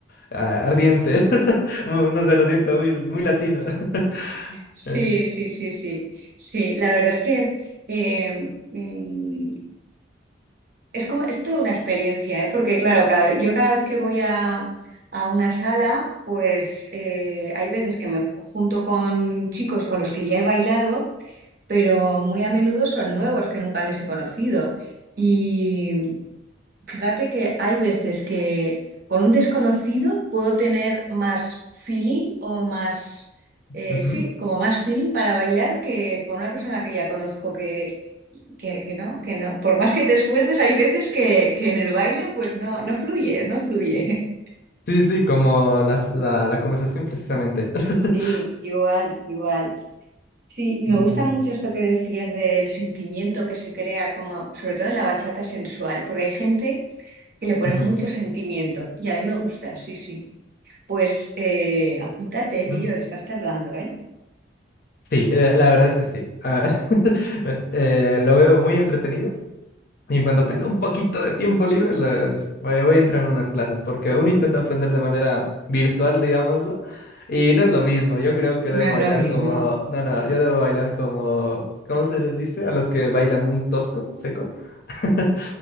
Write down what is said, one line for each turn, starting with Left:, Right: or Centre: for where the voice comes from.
Left: ah, ardiente. <laughs> Muy- No sé, lo siento, muy, muy latino. <laughs>
Right: Sí,
Left: Eh,
Right: sí, sí, sí. Sí, la verdad es que eh, mm, Es como, es toda una experiencia, ¿eh? Porque claro, cada- yo cada vez que voy a, a una sala, pues eh, hay veces que me junto con chicos con los que ya he bailado, pero muy a menudo son nuevos que nunca les he conocido. Y fíjate que hay veces que con un desconocido puedo tener más feeling o más, eh,
Left: ujú.
Right: sí, como más feeling para bailar que con una persona que ya conozco que, que no, que no. Por más que te esfuerces, hay veces que, que en el baile pues no, no fluye, no fluye. <laughs>
Left: Sí, sí, sí, como las- la, la conversación precisamente. <laughs>
Right: Sí, igual, igual. Sí, me
Left: Mm,
Right: gusta mucho esto que decías del sentimiento que se crea, como sobre todo en la bachata sensual, porque hay gente que le pone
Left: ujú,
Right: mucho sentimiento y a mí me gusta, sí, sí. Pues eh, apúntate, Lior,
Left: ujú.
Right: estás tardando, ¿eh?
Left: Sí, eh, la verdad es que sí. Ah, <laughs> eh, lo veo muy entretenido. Y en cuanto tenga un poquito de tiempo libre, la- la- voy, a voy a entrar en unas clases, porque uno intenta aprender de manera virtual, digámoslo, y no es lo mismo. Yo creo que
Right: No
Left: debo
Right: es
Left: bailar
Right: lo mismo.
Left: como... No, no, yo debo bailar como... ¿Cómo se les dice? A los que bailan muy tosco, seco. <laughs>